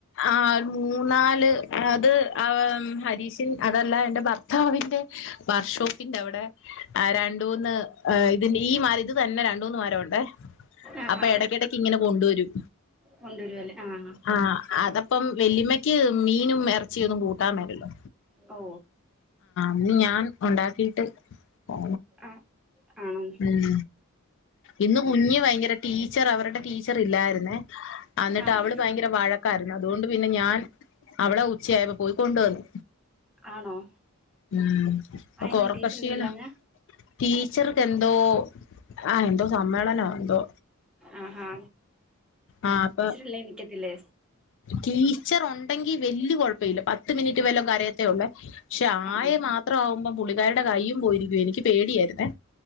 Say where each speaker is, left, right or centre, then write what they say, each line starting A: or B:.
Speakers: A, on the left; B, in the centre.
A: ആ മൂന്നാല് അത് ആ ഹരീഷിൻ അതല്ല എന്റെ ഭർത്താവിന്റെ വർഷോപ്പിന്റെ അവടെ ആ രണ്ട് മൂന്ന് ഇതി ഈ മരം ഇത് തന്നെ രണ്ട് മൂന്ന് മരം ഉണ്ടേ
B: ആഹാ
A: അപ്പൊ എടക്കിടക്ക് ഇങ്ങനെ കൊണ്ടുവരും
B: കൊണ്ടുവരുവല്ലേ ആഹാ
A: ആഹ് അതപ്പം വെല്ലിമ്മക്ക് മീനും ഇറച്ചി ഒന്നും കൂട്ടാൻ മെലല്ലോ
B: ഓ
A: ഇന്ന് ഞാൻ ഉണ്ടാക്കിട്ട് പോ
B: അ ആണ
A: ഉം ഇന്ന് കുഞ്ഞ്
B: ആഹ്
A: ഭയങ്കര ടീച്ചറ് അവര്ടെ ടീച്ചറ്ല്ലായിരുന്നേ അന്നിട്ട്
B: ആഹ്
A: അവള് ഭയങ്കര വഴക്കായിരുന്നു അതുകൊണ്ട് പിന്നെ ഞാൻ അവളെ ഉച്ചയായപ്പോ പോയി കൊണ്ടുവന്ന്
B: ആണോ
A: ഉം
B: അയെന്നാ
A: ഓക്ക് ഒറക്കഷീന
B: ടീച്ചറൊന്നും ഇല്ലാഞ്ഞ
A: ടീച്ചർക്ക് എന്തോ ആ എന്തോ സമ്മേളന എന്തോ
B: ആ ഹാ
A: ആ അപ്പൊ
B: ല്ലേ എണീക്കത്തി ല്ലെ
A: ടീച്ചറ് ഒണ്ടെങ്കി വല്യ കൊഴപ്പ ഇല്ല പത്ത് മിനിറ്റ് വല്ലോം കരയത്തേ ഉള്ളെ പക്ഷെ
B: ആഹ്
A: ആയ മാത്രാവുമ്പം പുള്ളിക്കാരി കയ്യും പോയിരിക്ക എനിക്ക് പേടിയായിരുന്നേ